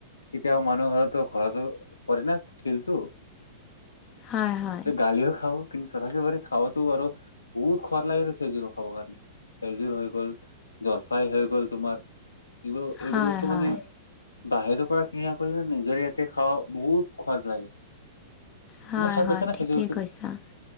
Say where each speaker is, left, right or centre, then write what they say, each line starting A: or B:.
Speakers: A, on the left; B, on the left.
A: কেতিয়াও মানুহ হয়তো ঘৰতৰতো পৰেনা শিলটো
B: হয় হয়
A: গালিও খাওঁ কিন্তু তথাপিও আৰু খাৱাটো আৰু, বহুত সোৱাদ লাগেতো খেজুৰো খাব কাৰণে, খেজুৰ হৈ গ'ল, জলফাই হৈ গ'ল তোমাৰ৷ এইবোৰ এইবোৰ
B: হয়
A: বস্তু
B: হয় হয়
A: মানে বাহিৰৰ পৰা কিনা কৰিলে নিজৰ ইয়াতে খাৱা বহুত খোৱাদ লাগে৷
B: হয়
A: তুমি খাই পাইছা
B: হয়
A: নে
B: ঠিকেই
A: খেজুৰটো
B: কৈছা৷